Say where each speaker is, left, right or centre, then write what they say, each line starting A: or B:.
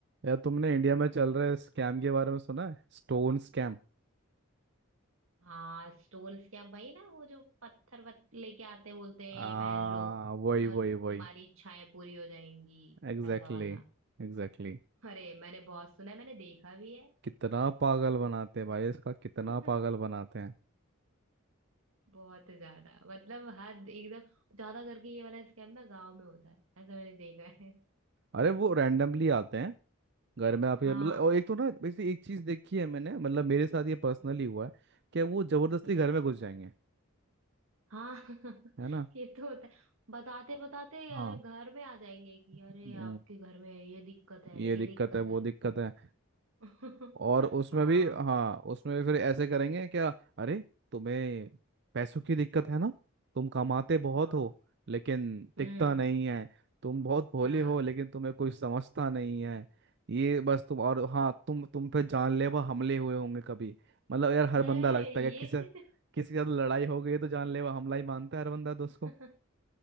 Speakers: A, on the right; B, on the right.
A: यार तुमने इंडिया में चल रहे स्कैम के बारे में सुना है Stone scam
B: हाँ स्टोन्स क्या भाई ना वो जो पत्थर वत लेके आते हैं बोलते हैं
A: आ
B: ये पहन लो
A: वही
B: अ,
A: वही वही
B: तुम्हारी इच्छाएं पूरी हो जाएंगी
A: Exactly
B: ऐसा वाला
A: exactly, Exactly exactly.
B: अरे मैंने बहुत सुना है मैंने देखा भी है
A: कितना पागल बनाते हैं भाई इसका कितना
B: <laughs>
A: पागल बनाते हैं
B: बहुत ज्यादा मतलब हद एकदम ज्यादा करके ये वाला स्कैम ना गांव में होता है ऐसा मैंने देखा है
A: अरे वो रैंडमली आते हैं घर में आपके
B: हाँ
A: मतलब और एक तो ना वैसे एक चीज देखी है मैंने मतलब मेरे साथ ये पर्सनली
B: हम्म
A: हुआ है कि वो जबरदस्ती
B: हम्म,
A: घर में घुस जाएंगे
B: हाँ <laughs>
A: है ना
B: ये तो होता है बताते बताते
A: हाँ
B: घर में आ जाएंगे कि
A: हम्म,
B: अरे आपके घर में ये दिक्कत है
A: ये
B: ये
A: दिक्कत
B: दिक्कत
A: है
B: है
A: वो दिक्कत है
B: <laughs>
A: और उसमें
B: हाँ
A: भी हाँ उसमें भी फिर ऐसे करेंगे क्या अरे तुम्हें पैसों की दिक्कत है ना तुम कमाते बहुत
B: हाँ
A: हो लेकिन टिकता
B: हम्म
A: नहीं है तुम बहुत भोले
B: हाँ
A: हो लेकिन तुम्हें कोई समझता नहीं है ये बस तुम और हाँ तुम तुम पे जानलेवा हमले हुए होंगे कभी मतलब यार हर
B: अरे
A: बंदा लगता
B: ये
A: है कि किसी किसी के साथ लड़ाई हो गई है तो जानलेवा हमला ही मानता है हर बंदा दोस्त
B: <laughs>
A: को